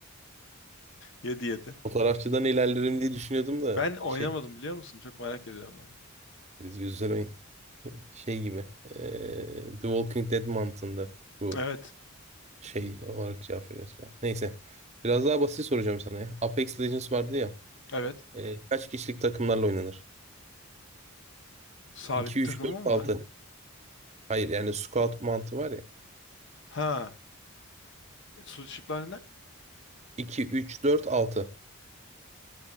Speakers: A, on the left (about 55°); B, on the right (about 30°).
A: 7-7.
B: Fotoğrafçıdan ilerlerim diye düşünüyordum da
A: Ben oynamadım
B: şey
A: biliyor musun? Çok merak ediyorum onu.
B: biz güzel oyun. Şey gibi. eee, The Walking Dead mantığında bu
A: Evet,
B: şey olarak cevap veriyoruz falan. Neyse. Biraz daha basit soracağım sana ya. Apex Legends vardı ya.
A: evet.
B: eee, kaç kişilik takımlarla oynanır?
A: Sabit
B: 2,
A: bir
B: 3,
A: takımım
B: 4, 6.
A: var.
B: Hayır yani squad mantığı var ya.
A: Ha, su- şıklar ne?
B: 2, 3, 4, 6.